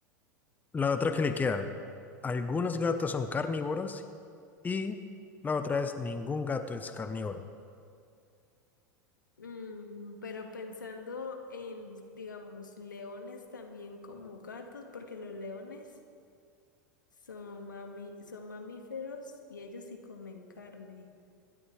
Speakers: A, on the left (about 15°); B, on the left (about 80°).
A: La otra que le queda, algunos gatos son carnívoros y la otra es ningún gato es carnívoro.
B: Mm, pero pensando en, digamos, leones también como gatos, porque los leones son mami- son mamíferos y ellos sí comen carne.